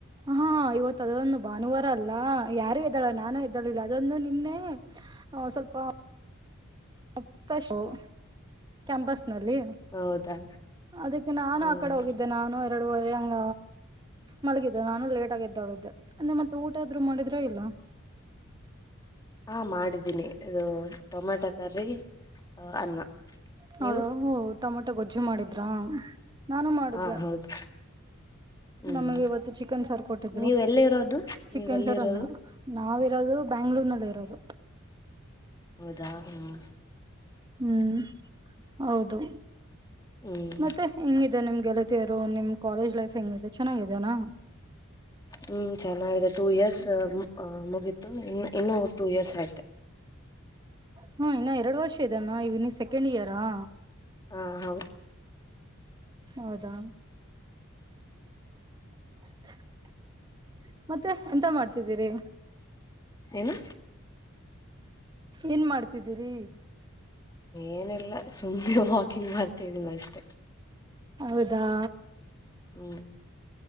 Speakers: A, on the right; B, on the left.
A: ಹಾ ಇವತ್ತು ಅದದೊಂದು ಭಾನುವಾರ ಅಲ್ಲ ಯಾರು ಎದ್ದಾಲಲ್ಲ ನಾನು ಎ ದದ್ದಾಳಿಲ್ಲ ಅದೊಂದು ನಿನ್ನೆ ಹಾಂ ಸ್ವಲ್ಪ <unintelligible> ಕ್ಯಾಂಪಸ್ ನಲ್ಲಿ
B: ಹೌದಾ
A: ಅದಕ್ಕೆ ನಾನು
B: ಹ್ಮ್
A: ಆ ಕಡೆ ಹೋಗಿದ್ದೆ ನಾನು ಎರಡುವರೆ ಹಂಗ ಮಲಗಿ ಅದು ನಾನು ಲೇಟ್ ಎದ್ದೋಳಿದ್ದೆ ಅಂದ ಮತ್ತೆ ಊ ಊಟ ಆದ್ರೂ ಮಾಡಿದ್ರ ಇಲ್ಲ?
B: ಹಾಂ ಮಾಡಿದ್ದೀನಿ ಇದು ಟೊಮೆಟೊ ಕರ್ರಿ ಅನ್ನ
A: ಹೌದ
B: ನೀವು
A: ಹೂಂ ಟೊಮಟ್ ಟೊ ಗೊಜ್ಜು ಮಾಡಿದ್ ದ್ರ ನಾನೂ ಮಾಡಿದ್ದೆ.
B: ಹಾ ಹೌದು ಹ್ಮ್
A: ನಮಗೆ ಇವತ್ತು ಚಿಕನ್ ಸಾರ್ ಕೊಟ್ಟಿದ್ರು
B: ನೀವ್ ಎಲ್ಲಿ ಇರೋದು
A: ಚಿಕನ್
B: ನೀವ್ ಎಲ್ಲಿ
A: ಸಾರ್
B: ಇರೋದು
A: ಅನ್ನ ನಾವಿರೋದು ಬ್ಯಾಂಗ್ಳೂರ್ನಲ್ಲಿರೋದು.
B: ಹೌದಾ ಹ್ಮ್
A: ಹ್ಮ್ ಹೌದು
B: ಹ್ಮ್
A: ಮತ್ತೆ ಹೆಂಗಿದೆ ನಿಮ್ಗೆ ಲೈಕ್ <unintelligible> ನಿಮ್ ಕಾಲೇಜ್ ಲೈಫ್ ಹೆಂಗಿದೆ ಚೆನ್ನಾಗಿದೆನಾ?
B: ಹ್ಮ್ ಚೆನ್ನಾಗಿದೆ ಟೂ ಇಯರ್ಸ್ ಆ ಮುಗಿತು ಇನ್ ಇನ್ನು ಟೂ ಇಯರ್ಸ್ ಆಯ್ತು.
A: ಹ್ಮ್ ಇನ್ನು ಎರ್ಡ್ ವರ್ಷ ಇದೆನ್ ನಾ ಇವಗ್ ನೀ ಸೆಕೆಂಡ್ ಇಯರಾ?
B: ಹಾಂ ಹೌದು.
A: ಹೌದಾ? <inaudible> ಎಂತ ಮಾಡ್ತಿದ್ದೀರಿ
B: ಏನು?
A: ಏನ್ ಮಾಡ್ತಿದ್ದೀರಿ?
B: ಏನಿಲ್ಲ ಸುಮ್ನೆ ವಾಕಿಂಗ್ ಮಾಡ್ತಾ ಇದ್ದೀನಿ ಅಷ್ಟೆ.
A: ಹೌದಾ
B: ಹ್ಮ್